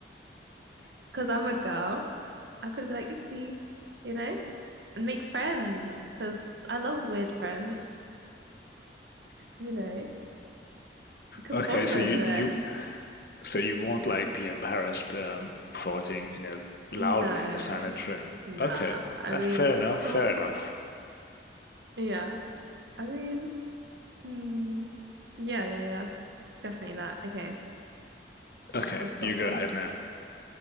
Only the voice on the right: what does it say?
<laughs> because I'm a girl, I could be like, oopsie, you know, and make friends because I love weird friends,
you know, we could
bond
over
it.
No,
nah.
I
mean,
some
of, <laughs> yeah, I mean, hmm. Yeah, yeah, yeah, definitely that. Okay,
I've
got
one.